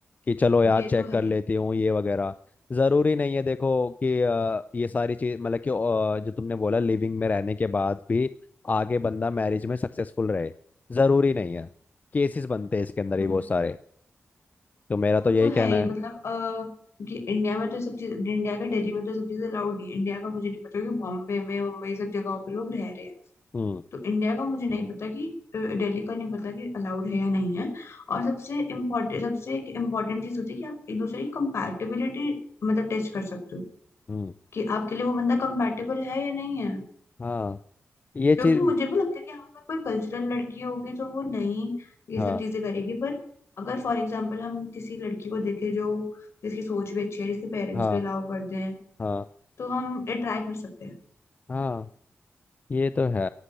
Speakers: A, on the left (about 35°); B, on the left (about 70°).
A: कि चलो यार
B: ये
A: चेक
B: तो है
A: कर लेती
B: ही
A: हूँ ये वगैरह जरूरी नहीं है देखो कि अ, ये सारी चीज मतलब कि अ, जो तुमने बोला लिविंग में रहने के बाद भी आगे बंदा मैरिज में सक्सेसफुल रहे जरूरी नहीं है केसेस बनते हैं इसके अंदर ही
B: हम्म
A: बहुत सारे तो मेरा
B: वो
A: तो यही
B: तो
A: कहना
B: है ही
A: है
B: मतलब अ कि इंडिया में तो सब चीज इंडिया का दिल्ली में तो सब चीजें अलाउड नहीं है। इंडिया का मुझे नहीं पता कि बॉम्बे में मुंबई सब जगहों पे लोग रह रहे हैं
A: हम्म
B: तो इंडिया का मुझे नहीं पता कि अ, दिल्ली का नहीं पता कि अलाउड है या नहीं है और सबसे इम्पोर्टेंट सबसे एक इम्पोर्टेंट चीज होती है कि आप एक दूसरे की कंपैटिबिलिटी मतलब टेस्ट कर सकते हो
A: हम्म
B: कि आपके लिए वो बंदा कंपैटिबल है या नहीं
A: हाँ ये
B: जो
A: चीज
B: कि मुझे भी लगता है कि हाँ अगर कोई कल्चरल लड़की होगी तो वो नहीं ये
A: हाँ
B: सब चीजें करेगी पर अगर फॉर एग्जाम्पल हम किसी लड़की को देखें जो जिसकी सोच भी अच्छी है जिसके पेरेंट्स
A: हाँ
B: भी अलाउ कर दें
A: हाँ
B: तो हम ट्राई कर सकते हैं
A: हाँ ये तो है